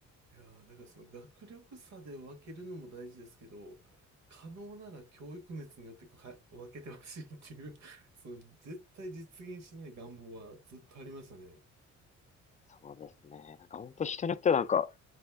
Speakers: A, on the right (about 65°); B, on the left (about 25°).
A: いやーだからその学力差で分けるのも大事ですけど、可能なら教育熱によってか分けてほしいっていう <laughs> その絶対実現しない願望はずっとありましたね。
B: そうですね。なんか本当人によってはなんか、